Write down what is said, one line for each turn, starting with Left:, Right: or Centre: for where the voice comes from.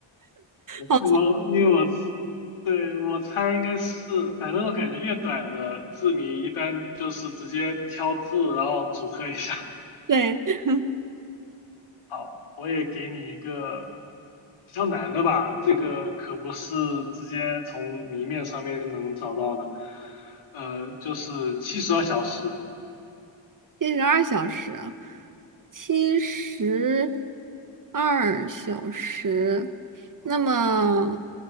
Left: 我
Right: 好聪，
Left: 因为我对我猜应该是，反正我感觉越短的字谜一般就是直接挑字，然后组合一下。
Right: 对。
Left: 好，我也给你一个比较难的吧，这个可不是直接从谜面上面能找到的。呃，就是七十二小时。
Right: 七十二小时啊，七十二小时，那么